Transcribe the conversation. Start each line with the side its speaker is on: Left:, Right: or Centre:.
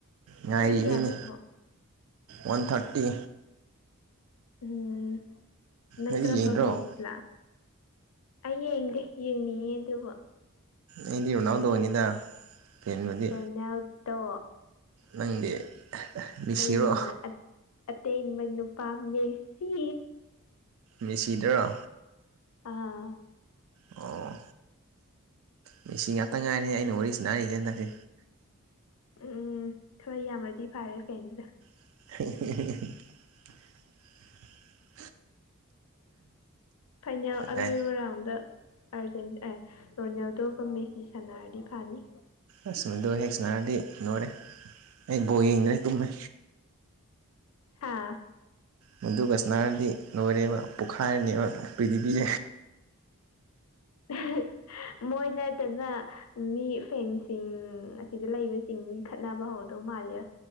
Right: ꯉꯥꯢꯔꯤꯅꯤꯅꯦ
Left: ꯄꯨꯡ ꯀꯌꯥꯗꯅꯣ
Right: ꯋꯥꯟ ꯊꯥꯔꯇꯤ
Left: ꯎꯝ ꯅꯪ
Right: ꯅꯣꯏꯗꯤ
Left: ꯀꯔꯝꯕ
Right: ꯌꯦꯡꯗ꯭ꯔꯣ
Left: ꯐꯦꯟꯁꯂ ꯑꯩ ꯌꯦꯡꯗꯦ ꯌꯦꯡꯅꯤꯡꯉꯤ ꯑꯗꯨꯕꯨ
Right: ꯑꯦꯗꯤ ꯔꯣꯅꯥꯜꯗꯣꯅꯤꯗ ꯐꯦꯟꯕꯨꯗꯤ
Left: ꯔꯣꯅꯥꯜꯇꯣ
Right: ꯅꯪꯗꯤ ꯃꯦꯁꯤꯔꯣ
Left: ꯑꯩꯅ ꯑꯠ ꯑꯠꯇꯦꯟꯕ ꯅꯨꯄꯥ ꯃꯦꯁꯤ
Right: ꯃꯦꯁꯤꯗꯔꯣ
Left: ꯑꯥ
Right: ꯑꯣ ꯃꯤꯁꯤ ꯉꯥꯛꯇ ꯉꯥꯢꯔꯦꯍꯦ ꯑꯩꯅ ꯋꯥꯔꯤ ꯁꯅꯥꯔꯤꯖꯦ ꯍꯟꯗꯛꯇꯤ
Left: ꯎꯝ ꯎꯝ ꯈꯔ ꯌꯥꯝꯃꯗꯤ ꯐꯔꯦ ꯐ꯭ꯦꯟꯁꯤꯗ
Right: <unintelligible>
Left: ꯐꯥꯢꯅꯦꯜ ꯑꯔꯣꯢꯕ
Right: ꯀꯥꯏ
Left: ꯔꯥꯎꯟꯗ ꯑꯥꯔꯖꯦꯟ ꯑꯦ ꯔꯣꯅꯥꯜꯗꯣꯒ ꯃꯦꯁꯤ ꯁꯥꯟꯅꯔꯗꯤ ꯐꯅꯤ
Right: ꯑꯁ ꯃꯗꯨ ꯍꯦꯛ ꯁꯟꯅꯔꯗꯤ ꯂꯣꯢꯔꯦ ꯑꯩ ꯕꯣ ꯌꯦꯡꯗ꯭ꯔꯦ ꯇꯨꯝꯃꯦ
Left: ꯍꯥ
Right: ꯃꯨꯗꯨꯒꯁꯅꯥꯔꯗꯤ ꯂꯣꯢꯔꯦꯕ ꯄꯣꯛꯈꯥꯢꯔꯅꯤꯕ ꯄ꯭ꯔꯤꯊꯤꯕꯤꯖꯦ
Left: ꯑꯍ ꯃꯣꯢ ꯅꯠꯇꯅ ꯃꯤ ꯐꯦꯟꯁ ꯁꯤꯡ ꯑꯁꯤꯗ ꯂꯩꯕꯁꯤꯡ ꯈꯠꯅꯕ ꯍꯧꯗꯧ ꯃꯥꯜꯂꯦ